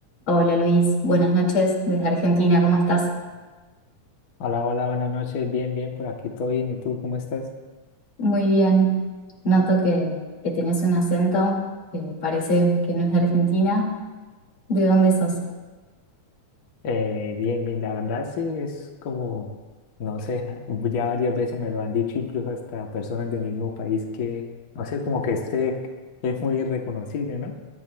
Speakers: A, on the left; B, on the left.
A: Hola Luis, buenas noches desde Argentina, ¿cómo estás?
B: Hola, hola, buenas noches. Bien, bien, por aquí todo bien. ¿Y tú cómo estás?
A: Muy bien. Noto que, que tenés un acento que parece que no es de Argentina. ¿De dónde sos?
B: Eh, bien, bien, la verdad sí es como, no sé, ya varias veces me lo han dicho, incluso hasta personas del mismo país que, no sé, como que este es muy reconocible, ¿no?